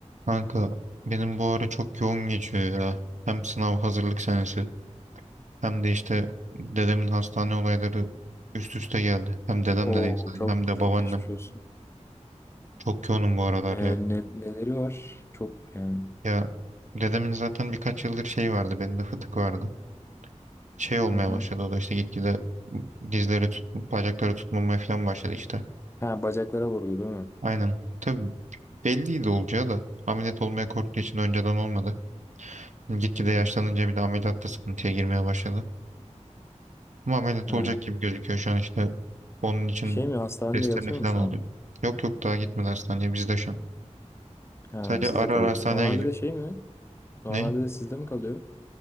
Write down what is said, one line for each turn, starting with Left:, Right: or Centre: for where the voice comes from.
Right: Kanka benim bu ara çok yoğun geçiyor ya. Hem sınav hazırlık senesi hem de işte dedemin hastane olayları üst üste geldi. Hem dedem
Left: Oo
Right: de değil sadece
Left: çok
Right: hem de
Left: çok
Right: babaannem.
Left: geçmiş olsun.
Right: Çok yoğunum bu aralar
Left: Ee,
Right: ya.
Left: ne, neleri var? Çok yani.
Right: Ya dedemin zaten birkaç yıldır şey vardı bende fıtık vardı. Şey olmaya
Left: Hı hı.
Right: başladı o da işte gitgide dizleri tut, bacakları tutmamaya falan başladı işte.
Left: Ha bacaklara vurdu değil mi?
Right: Aynen. Tabii belliydi olacağı da ameliyat olmaya korktuğu için önceden olmadı. Gitgide
Left: Anladım.
Right: yaşlanınca bir de ameliyatta sıkıntıya girmeye başladı. Ama ameliyat
Left: Ha,
Right: olacak gibi gözüküyor şu an işte. Onun için
Left: şey mi hastanede
Right: testlerine
Left: yatıyor
Right: falan
Left: mu şu
Right: oluyor.
Left: an?
Right: Yok yok daha gitmedi hastaneye bizde şu an.
Left: Ha
Right: Sadece
Left: sizde
Right: ara
Left: kalıyor.
Right: ara hastaneye
Left: Normalde
Right: gidiyor.
Left: de şey mi? Normalde
Right: Ne?
Left: de sizde mi kalıyor?